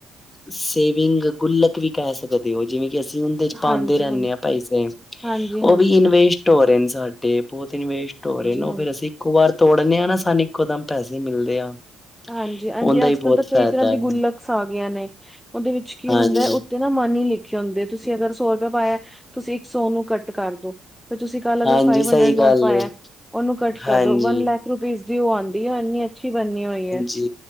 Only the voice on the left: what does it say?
ਸੇਵਿੰਗ ਗੁੱਲਕ ਵੀ ਕਹਿ ਸਕਦੇ ਹੋ ਜਿਵੇਂ ਕਿ ਅਸੀਂ ਉਹਦੇ ਚ ਪਾਂਦੇ
ਰਹਿੰਦੇ
ਆ ਪੈਸੇ
ਉਹ
ਵੀ ਇਨਵੇਸਟ ਹੋ ਰਹੇ ਨੇ ਸਾਡੇ, ਬਹੁਤ ਇਨਵੇਸਟ ਟੋਰੇ ਨੂੰ
ਫੇਰ ਅਸੀਂ ਇੱਕੋ ਵਾਰ ਤੋੜਨੇ ਹਾਂ ਨਾ ਸਾਨੂੰ ਇੱਕੋਦਮ ਪੈਸੇ ਮਿਲਦੇ ਆ
ਉਹਦਾ
ਹੀ ਬਹੁਤ
ਫਾਇਦਾ
ਹੈ।
ਹਾਂਜੀ,
ਹਾਂਜੀ
ਸਹੀ
ਗੱਲ
ਏ,
ਹਾਂਜੀ।
ਜੀ